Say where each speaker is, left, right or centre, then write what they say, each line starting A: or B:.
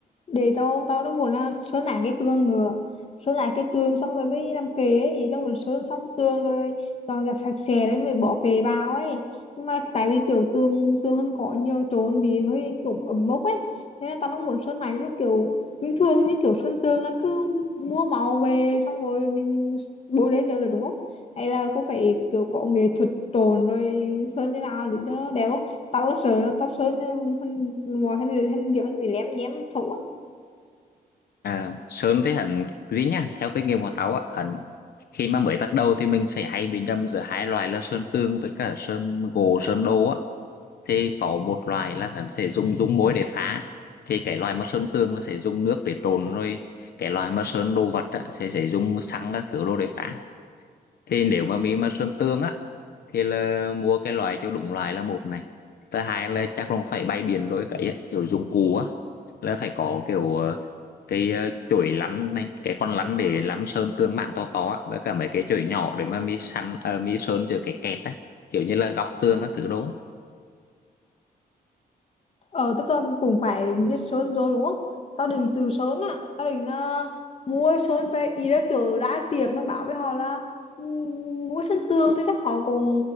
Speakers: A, on the left; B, on the left.
A: để tao tao nó muốn là sơn lại cái tường nữa sơn lại cái tường xong rồi mới làm kệ ấy ý tao muốn sơn xong tường rồi dọn dẹp sạch sẽ rồi mới bỏ kệ vào ấy nhưng mà tại vì kiểu tường tường hơn có nhiều chỗ bị hơi kiểu ẩm mốc ấy nên là tao nó muốn sơn lại nhưng mà kiểu bình thường như kiểu sơn tường nó cứ mua màu về xong rồi mình bôi lên được, được đúng không hay là cô phải kiểu có nghệ thuật trộn rồi sơn như nào để cho nó đẹp không? tao cũng sợ tao sợ nên hắn mọi hắn hắn kiểu hắn bị lém nhém xấu á
B: à, sơn thì hắn riêng nha theo kinh nghiệm của tao á hình khi mà mới bắt đầu thì mình sẽ hay bị nhầm giữa hai loại là sơn tường với cả sơn gỗ sơn đồ á thì có một loại là hắn sẽ dùng dung môi để phá thì cái loại mà sơn tường nó sẽ dùng nước để trộn rồi cái loại mà sơn đồ vật á, sẽ sẽ dùng xăng các thứ đồ để phá thì nếu mà mình mà sơn tường á thì là mua cái loại cho đúng loại là một này thứ hai là chắc là phải bay biển rồi cái á, kiểu dụng cụ á là phải có kiểu ờ, cái ờ, chổi lắn này cái con lắn để lắn sơn tương mảng to to á, với cả mấy cái chổi nhỏ để mà mi săn ờ, mi sơn cho cái kẹt á kiểu như là góc tường các thứ đó á.
A: ờ tức là cũng phải biết sơn rồi đúng không tao định từ sơn á tao định là mua sơn về ý là kiểu đã tiệm nó bảo với họ là "Ừm, mua sơn tương thì chắc họ cũng